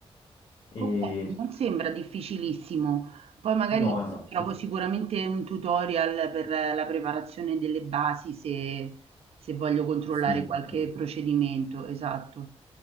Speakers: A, on the left; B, on the right.
A: E
B: okay, non sembra difficilissimo. Poi magari
A: no, esatto.
B: trovo sicuramente un tutorial per la preparazione delle basi se se voglio controllare
A: Sì,
B: qualche
A: sì,
B: procedimento, esatto.